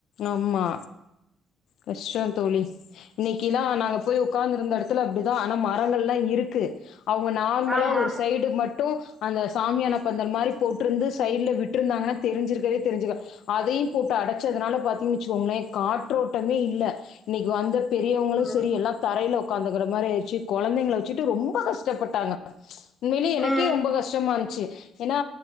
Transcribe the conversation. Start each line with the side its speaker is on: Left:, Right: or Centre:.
Left: ஆமா கஷ்டம் தோழி இன்னைக்கி எல்லா நாங்க போய் உட்கார்ந்து இருந்த இடத்துல அப்டிதா ஆனா மரங்கள் எல்லா இருக்கு அவங்க நார்மலா
Right: ஆமா
Left: ஒரு சைடு மட்டு அந்த சாமியான பந்தல் மாரி போட்டிருந்து சைட்ல விட்டுருந்தாங்கன்ன தெரி்சிருக்கவே தெரிஞ்சுக்க அதையு போட்டு அடைச்சதுனால பாத்தீங்க வச்சுக்கோங்களே காற்றோட்டமே இல்ல இன்னைக்கு வந்த பெரியவங்களும்
Right: ம்
Left: செரி எல்லா தரையில உட்காந்துக்கிற மாதிரி ஆயிச்சு கொழந்தைங்கள வச்சுட்டு ரொம்ப கஷ்டப்பட்டாங்க உண்மையிலேயே எனக்கே
Right: ம்
Left: ரொம்ப கஷ்டமா இருந்துச்சு ஏன்னா